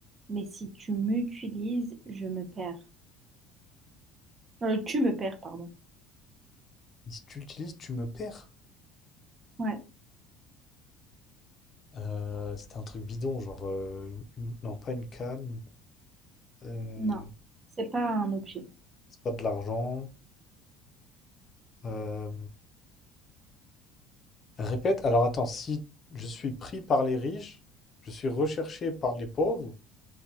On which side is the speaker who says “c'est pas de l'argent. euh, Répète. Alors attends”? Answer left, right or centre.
Left